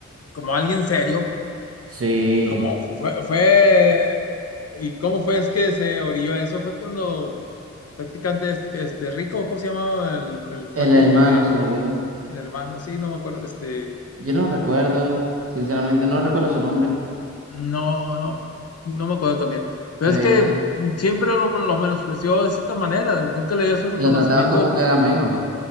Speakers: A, on the left (about 55°); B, on the right (about 50°).
A: como alguien serio
B: Sí,
A: y como fu- fue, fue y cómo fue es que se orilló a eso, fue cuando prácticamente es- este Rico, ¿cómo se llamaba el, el cuate
B: el hermano
A: este que
B: se me olvidó,
A: el hermano? Sí, no me acuerdo, este
B: yo no recuerdo, sinceramente, no recuerdo su nombre,
A: No, no, no me acuerdo también. Pero
B: se,
A: es que siempre lo, lo menospreció de cierta manera, nunca le dio su reconocimiento.
B: lo trataban como que era
A: pu-
B: menos.